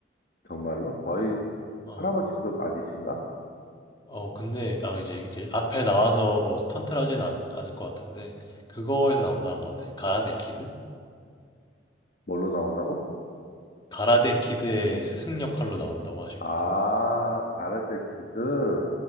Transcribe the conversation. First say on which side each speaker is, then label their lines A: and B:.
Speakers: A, on the left; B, on the left.
A: 정말로 거의
B: 어,
A: 할아버지급 아니신가?
B: 어 근데 아 이제 이제 앞에 나와서 뭐 스턴트를 하진 않, 않을 것 같은데 그거에서 나온다는 것 같아 가라데 키드
A: 뭘로 나온다고?
B: 가라데 키드의 스승 역할로 나온다고 하신
A: 아,
B: 것 같은데
A: 가라테
B: 음,
A: 키드